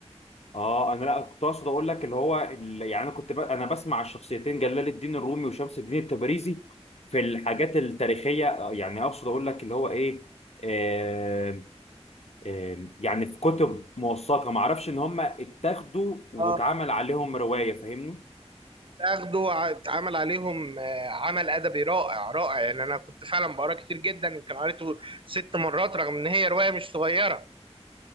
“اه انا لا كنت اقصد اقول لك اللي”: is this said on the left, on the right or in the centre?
Left